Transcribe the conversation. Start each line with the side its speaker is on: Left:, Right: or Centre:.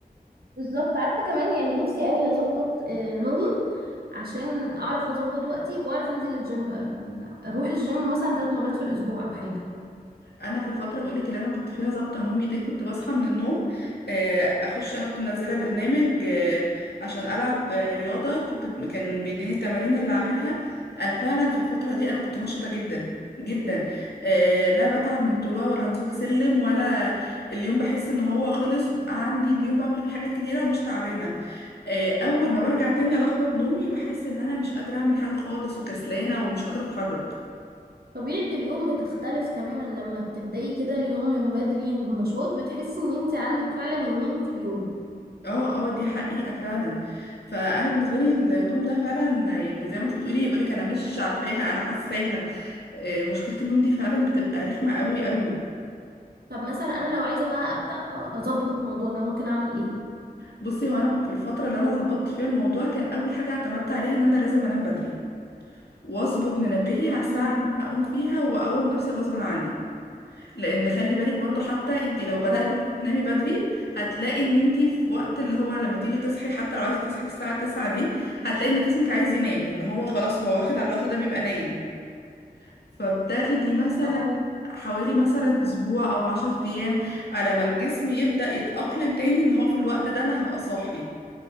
Right: بالظبط عارفة كمان يعني نفسي قوي اظبط آه، نومي عشان اعرف اظبط وقتي واعرف انزل الجيم بقى يعني اروح الجيم مثلا ثلاث مرات في الاسبوع او حاجة
Left: انا في الفتره بقول لك اللي انا كنت فيها ظابطه نومي دي كنت بصحى من النوم آه، اخش انا كنت منزله برنامج آه، عشان العب آه، رياضه كنت كان بيديني التمارين اللي اعملها انا فعلا في الفتره دي انا كنت نشطه جدا جدا آه لا بتعب من طلوع ولا نزول سلم ولا اليوم بحس ان هو خلص بقى عندي اليوم بعمل فيه حاجات كتيره ومش تعبانه آه اول ما برجع تاني الخبط نومي بحس ان انا مش قادره اعمل حاجه خالص وكسلانه ومش قادره اتحرك
Right: طبيعة اليوم بتختلف تماما لما بتبدأي كده اليوم من بدري وبنشاط بتحسي ان انت عندك فعلا يومين في اليوم
Left: اه اه دي حقيقة فعلا فانا بالنسبة لي النوم ده فعلا يعني زي ما انت بتقولي بقولك انا مش عارفاها انا حاساها آه، مشكلة النوم دي فعلا بتبقى رخمة قوي قوي
Right: طب مثلا انا لو عايزة بقى أبدأ أ- اظبط الموضوع ده ممكن اعمل ايه
Left: بصي هو انا في الفترة اللي انا ظبطت فيها الموضوع كان اول حاجة اعتمدت عليها ان انا لازم انام بدري واظبط منبهي على الساعة
Right: امم
Left: اللي انا هقوم فيها واقوم نفسي غصب عني لان خلي بالك برضو حتى انت لو بدأتي
Right: اه
Left: اللي هو تنامي بدري هتلاقي ان انت في وقت اللي هو لما تيجي تصحي حتى لو عايزه تصحي الساعه 9 دي هتلاقي ان جسمك عايز ينام لان هو خلاص هو واخد على الوقت ده بيبقى نايم فبتاخدي مثلا
Right: اه
Left: حوالي مثلا اسبوع او 10 ايام على ما الجسم يبدأ يتأقلم تاني ان هو في الوقت ده انا هبقى صاحي